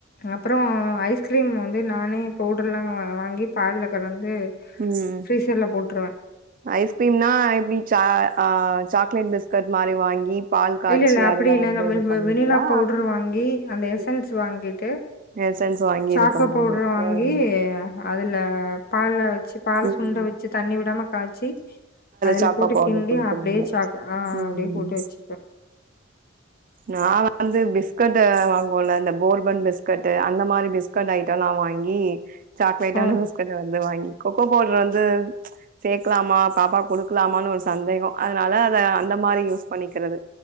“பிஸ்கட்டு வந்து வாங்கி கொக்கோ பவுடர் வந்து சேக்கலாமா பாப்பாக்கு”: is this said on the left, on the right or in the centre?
Right